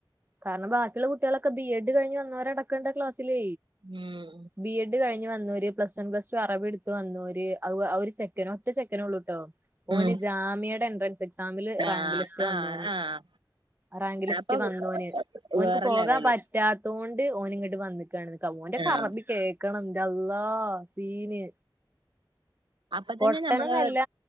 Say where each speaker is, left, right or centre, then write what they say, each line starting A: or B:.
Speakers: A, on the right (about 25°); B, on the right (about 70°).
A: കാരണം ബാക്കിയുള്ള കുട്ടികളൊക്കെ ബി എഡ് കഴിഞ്ഞ് വന്നോരടക്കണ്ട് ക്ലാസില്
B: ഉം
A: ബിഎഡ് കഴി നിവന്നോര് പ്ലസ് വൺ പ്ലസ് ടു അറബിട്ത്ത് വന്നോര് ഔ ഒരു ചെക്കന് ഒറ്റ ചെക്കനോ ഉള്ളൂട്ടോ
B: ഉം
A: ഓന് ജാമ്യയ്ടെ എൻട്രൻസ് എക്സാമില്
B: ആഹ്
A: റാങ്ക് ലിസ്റ്റ്
B: ആഹ്
A: വന്നോന്
B: ആഹ്
A: റാങ്ക് ലിസ്റ്റ്
B: അപ്പൊ
A: വന്നോന് ഓന്ക്ക്
B: വേറെ
A: പോകാൻ
B: ലെവല്
A: പറ്റ പറ്റാതോണ്ട് ഓൻ ഇങ്ങട്ട് വന്നകാണ് ഓന്റെകറബി
B: ആഹ്
A: കേ ക്കണം ന്റെള്ളാ സീന്
B: അപ്പൊ
A: പൊട്ടനൊന്നല്ല
B: തന്നെ നമ്മള്